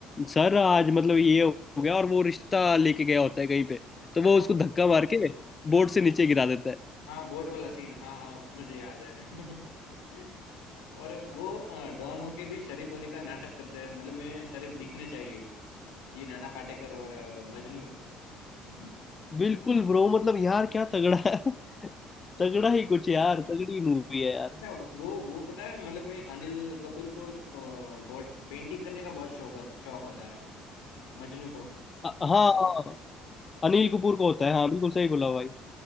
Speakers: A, on the left; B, on the left.
A: सर आज मतलब ये हो गया और वो रिश्ता लेके गया होता है कहीं पे तो
B: अच्छा
A: वो उसको
B: वो-
A: धक्का मार के
B: हाँ।
A: बोर्ड से नीचे गिरा देता है
B: हाँ बोट वाला सीन हाँ हाँ मुझे याद है <laughs> और वो अ, डॉन होके भी शरीफ होने का नाटक करते हैं मतलब मैं शरीफ दिखने चाहिए ये नाना पाटेकर और अ, मजनू <laughs>
A: बिल्कुल ब्रो मतलब यार क्या तगड़ा है। <laughs> तगड़ा ही कुछ यार तगड़ी मूवी है यार
B: अच्छा वो वो पता है मतलब मैं अनिल कपूर को अ, गॉड पेंटिंग करने का बहुत शौक होता शौक होता है मजनू को
A: अ- हाँ हाँ, अनिल कपूर का होता है हाँ बिल्कुल सही बोला
B: हाँ
A: भाई